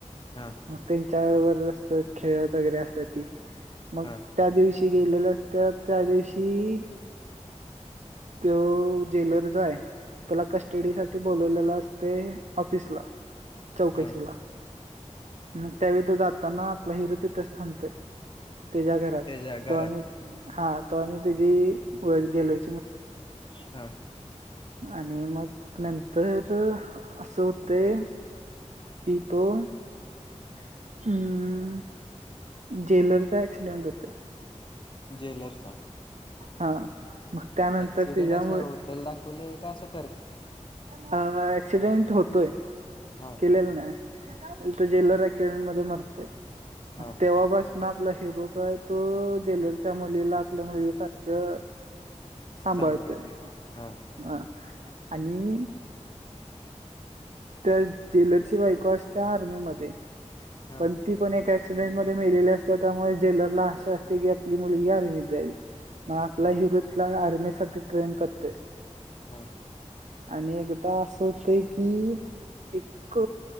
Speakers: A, on the left; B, on the right.
A: हा
B: मच चार वर खेळत वगैरे असतात ती मग
A: हा
B: त्या दिवशी गेलेल असत त्या दिवशी तो जेलर जो आहे तुला कस्टडीसाठीठी बोलवलेला असते ऑफिस ला चौकशीला
A: हा
B: मग त्यावेळी त जाताना आपला हिरो तिथेच थांबते तच्या घरात
A: त्याच्या घरात
B: तो आणिक हा आणि त्याची व ज्लरी
A: हा
B: आणि मग नंत तर अस होते की तो अमं जेलरचा ऍक्सिडेंट होते
A: ज्वेलर्स
B: हा मग त्यानंतर
A: ऍक्सिडेंट
B: त्याच्यामुळे
A: असं <unintelligible>
B: अ एक्सीडेंट होतोय
A: हा
B: केलेल नाय तो जेलर एक्सिडेंट मध्ये मरतंय
A: हा
B: तेव्हा बस आपला हिरो जो आहे तो जेलरच्या मुलीला आपल्या मुलगी सारखं सांभाळतंय
A: सांभाळते हा
B: हह आणि त्या जेलरची बायको असत्या आर्मी मध्ये
A: हा
B: पण ती पण एक ऍक्सिडेंट मध्ये मेलेली असते त्यामुळे जेलरला आशा असते की आपली मुलगी आर्मीत जाईल मग आपला
A: हा
B: हिरो तिला आर्मी साठी ट्रेन करतोय
A: हा
B: आणि एकदा असं होतय कि एक